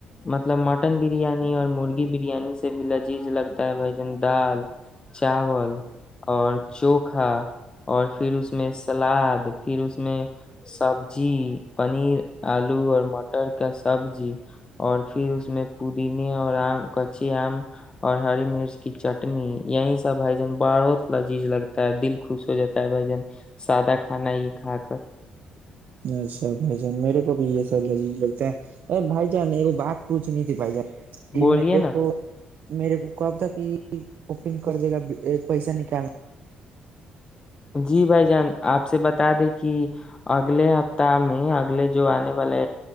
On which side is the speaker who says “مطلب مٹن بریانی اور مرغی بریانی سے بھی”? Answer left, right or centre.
Left